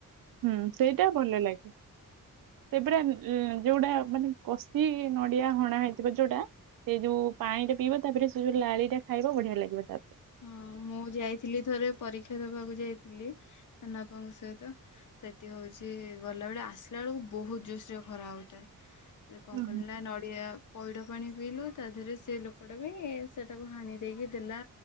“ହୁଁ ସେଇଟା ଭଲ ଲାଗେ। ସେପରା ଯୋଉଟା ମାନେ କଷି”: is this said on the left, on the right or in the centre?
Right